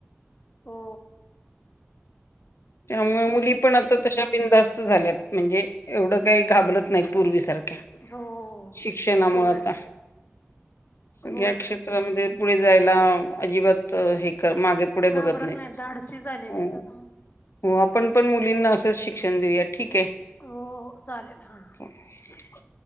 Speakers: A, on the left (about 40°); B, on the left (about 65°).
A: हो
B: त्यामुळे मुली पण
A: हम्म
B: आता तशा बिंदास असत झाल्यात म्हणजे एवढं काही घाबरत नाही पूर्वीसारखं
A: हो हो
B: शिक्षणा मुळात
A: होय
B: सगळ्या
A: होय होय
B: क्षेत्रामध्ये
A: होय
B: पुढे जायला अजिबात हे मागे पुढे
A: घाबरत
B: बघत नाही
A: धाडसी झालेल्या
B: हो
A: आहेत आता मुली
B: हो आपण पण मुलींना असंच शिक्षण देऊया ठीक आहे
A: हो चालेल हां
B: <inaudible>